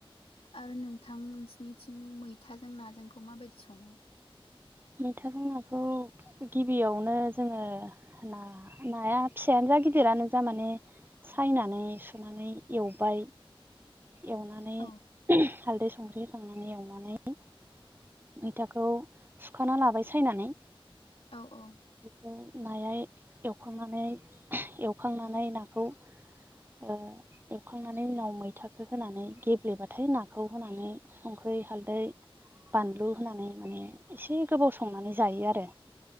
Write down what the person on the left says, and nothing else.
आरो नोंथां नोंसिनिथिं मैथाजों नाजोंखौ माबायदि सङो।
औ
औ औ।